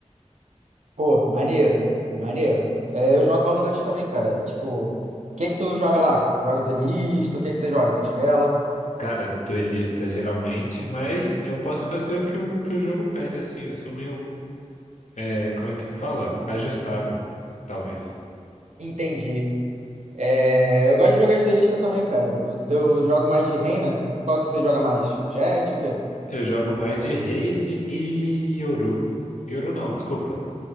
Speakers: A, on the right; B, on the left.
A: Pô, maneiro, maneiro. É, eu jogo Valorant também, cara. Tipo, o que que tu joga lá? Joga duelista? O que que você joga? Sentinela?
B: Cara, duelista geralmente, mas eu posso fazer o que o, que o jogo pede, assim. Eu sou meio É, como é que fala? Ajustável, talvez.
A: Entendi. É, eu gosto de jogar de duelista também, cara. O teu jogo mais de reina? Qual que você joga mais? Jet, o quê?
B: Eu jogo mais de Raze e Yoru. Yoru não, desculpa.